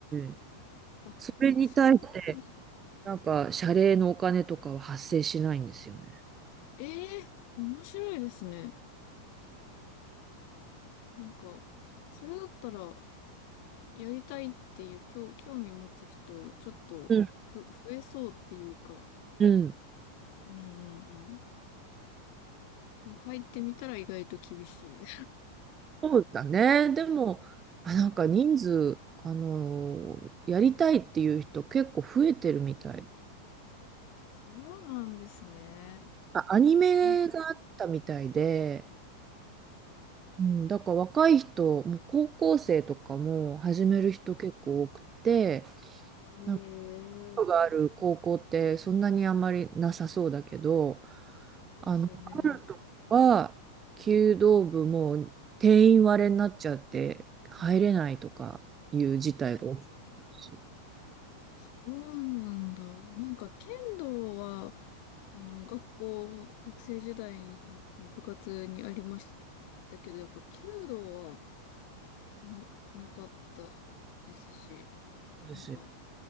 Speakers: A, on the right; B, on the left.
A: て、
B: あ、
A: それに対して、
B: そうなんだ。
A: なんか謝礼のお金とかは発生しないんですよね。
B: ええ、面白いですね。なんか、それだったら、やりたいっていう、興興味持つ人、ちょっと、
A: うん、
B: ふ、増えそうっていうか。
A: うん。
B: うんうんうん。でも入ってみたら意外と厳しい。
A: そうだね。でも、あ、なんか人数、あのーやりたいっていう人結構増えてるみたい。
B: あそうなんですね。
A: あ、アニメがあったみたいで、
B: なんか、
A: うん、だから若い人、もう高校生とかも始める人結構多くて、
B: えー、
A: なんか人がある高校ってそんなにあんまりなさそうだけど、
B: そうですよね。
A: あの、は、弓道部も定員割れになっちゃって入れないとかいう事態が起きてます。
B: そうなんだ。なんか、剣道は、あの、学校、学生時代の部活にありましたけど、やっぱ、弓道はな、なかったですし、
A: そうですよ。
B: なんか、